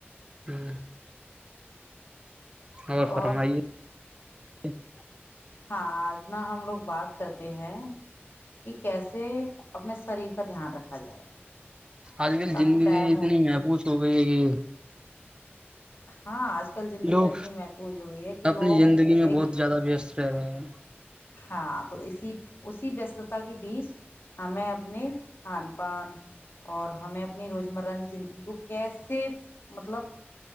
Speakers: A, on the right; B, on the left.
A: ہمم او فرمائیے
B: اور
A: جچ <unintelligible>
B: ہاں آج ن ہم لوگ بات کرتے ہیں کہ کیسے اپنے شریر کا دھیان رکھا جائے
A: آج کل
B: کافی
A: زندگی
B: ٹائم
A: اتنی
B: ہو گئے
A: محفوظ ہو گئی ہے کہ
B: ہاں آج کل زندگی
A: لوگ
B: تو اتنی محفوظ ہو گئی ہے کہ
A: اپنی
B: لوگ
A: زندگی میں
B: ایک
A: بہت زیادہ وست رہ رہے ہیں
B: ہاں تو اسی اسی وستتا کے بیچ ہمیں اپنے کھان پان اور ہمیں اپنی روزمرہ کی زندگی کو کیسے مطلب